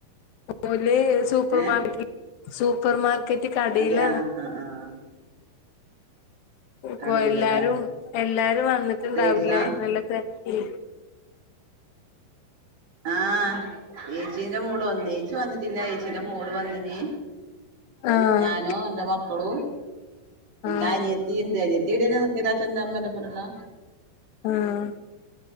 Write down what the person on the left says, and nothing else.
പോല സൂപ്പർ
മാർക്കറ്റ് സൂപ്പർ മാ ർക്കറ്റ് കടയിലാണ്
ഇപ്പോ
എല്ലാരും എല്ലാരും വന്നിട്ടുണ്ടാവില്ലേ
നല്ലത് ഉം
ആഹ്
ആഹ്
ആഹ്